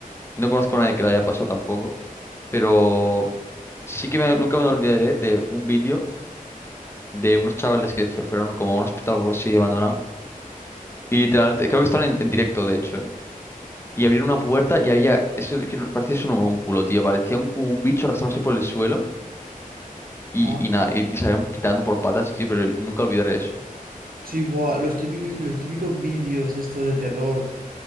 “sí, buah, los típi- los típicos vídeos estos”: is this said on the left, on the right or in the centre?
Right